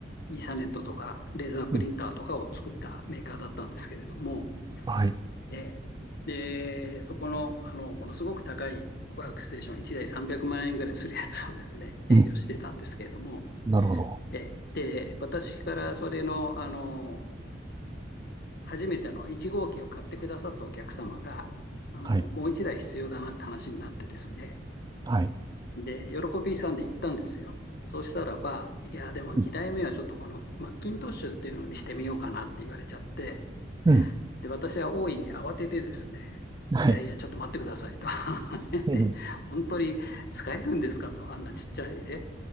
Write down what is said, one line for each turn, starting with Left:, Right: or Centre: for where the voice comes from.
Left: イーサネットとか、レーザープリンターとかを作ったメーカーだったんですけれども、
Right: うん、はい、
Left: えーで、そこの、あの、ものすごく高いワークステーション、1台300万円ぐらいするやつをですね、営業してたんですけれども、
Right: うん、なるほど。
Left: えーで、私からそれの、あの、初めての1号機を買ってくださったお客様が、あのもう1台必要だなって話になってですね、
Right: はい、はい、
Left: で、喜びさんで行ったんですよ。そうしたらば、いや、でも2代目はちょっとこのマッキントッシュっていうのにしてみようかなって言われちゃって、
Right: うん、うん、
Left: で、私は大いに慌ててですね、
Right: はい、
Left: いやいや、ちょっと待ってくださいと <laughs>。
Right: うん、
Left: で、本当に使えるんですかと、あんなちっちゃいね、